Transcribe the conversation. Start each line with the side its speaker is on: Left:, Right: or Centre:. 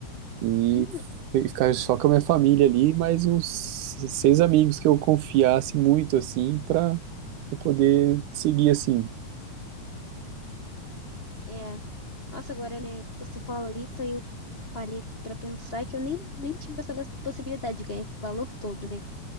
Right: e
Left: Uhum,
Right: e ficar só com a minha família ali, mais uns seis amigos que eu confiasse muito assim para poder seguir assim.
Left: é. Nossa, agora, né? Você falou isso, aí eu parei aqui pra pensar que eu nem, nem tinha pensado nessa possibilidade de ganhar esse valor todo, né?